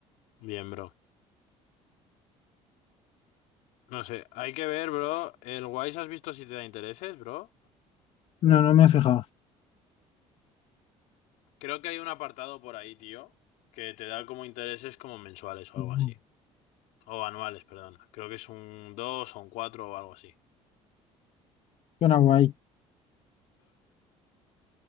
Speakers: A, on the left; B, on the left.
A: Bien, bro. No sé, hay que ver, bro. El Wise has visto si te da intereses, bro.
B: No, no me he fijado.
A: Creo que hay un apartado por ahí, tío, que te da como intereses como mensuales o algo
B: Mm,
A: así. O anuales, perdón. Creo que es un 2 o un 4 o algo así.
B: Suena guay.